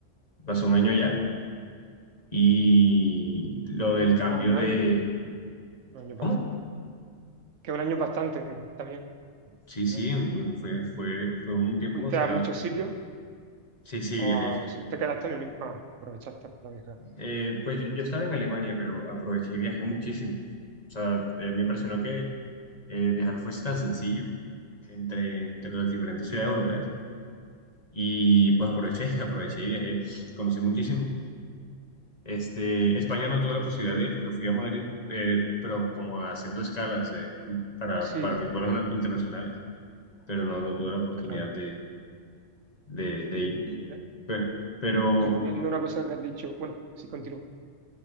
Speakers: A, on the left; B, on the right.
A: Pasó un año allá y lo del cambio
B: Ah, un
A: de...
B: año, un año bastante.
A: ¿Cómo?
B: Que un año bastante, que está bien,
A: Sí,
B: un
A: sí,
B: año.
A: fue, fue, fue un tiempo
B: ¿Fuiste
A: considerable.
B: a muchos sitios
A: Sí, sí,
B: o
A: viajé.
B: a- si te quedaste en el mismo? Ah, aprovechaste para viajar.
A: Eh, pues yo, yo estaba en Alemania, pero aproveché y viajé muchísimo. O sea, eh, me impresionó
B: Bueno,
A: que eh, viajar fuese tan sencillo entre, entre las diferentes ciudades europeas Y pues aproveché, <laughs> aproveché y viajé, conocí muchísimo. Este, España no tuve la posibilidad de ir porque fui a Madrid, eh, pero como haciendo escalas eh, para,
B: sí,
A: para mis
B: no,
A: vuelos na- internacionales, pero no, no tuve la oportunidad
B: claro.
A: de, de, de ir.
B: Y,
A: Pe- Pero,
B: y volviendo a una cosa que has dicho, bueno, sí, continúo.